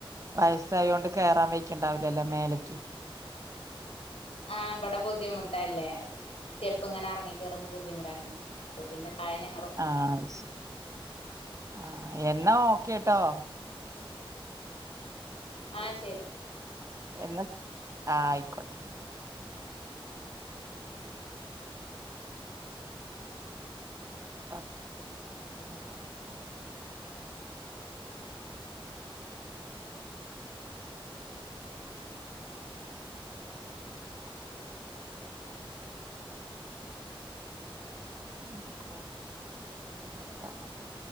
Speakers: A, on the right (about 35°); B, on the left (about 90°).
A: വയസ്സായോണ്ട് കേയറാൻ വയിക്കണ്ടാവില്ലല്ലോ മേലക്ക്.
B: ആഹ ഇവിടെ ബുദ്ധിമുട്ടല്ലേ സ്റ്റെപ്പ ഇങ്ങനെ എറങ്ങി കേയറുമ്പോ ബുദ്ധിമുട്ടാണ് അപ്പൊ പിന്നെ തഴഞ്ഞ
A: ആഹ ശരി ആഹ എന്നാ ഒക്കെട്ടോ
B: ആഹ ശരി
A: എല്ലാ ആഹ ആയിക്കോട്ടെ പത്ത് മിനിറ്റാണ് കണക്ക് എന്തൊകോൾ കട്ടാവാത്തെ